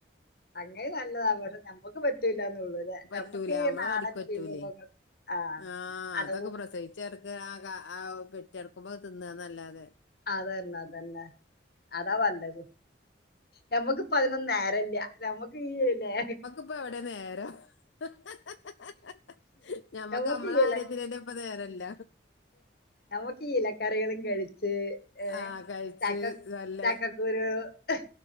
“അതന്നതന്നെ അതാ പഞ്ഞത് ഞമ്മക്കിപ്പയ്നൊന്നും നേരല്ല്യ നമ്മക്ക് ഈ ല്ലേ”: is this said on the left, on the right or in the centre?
Left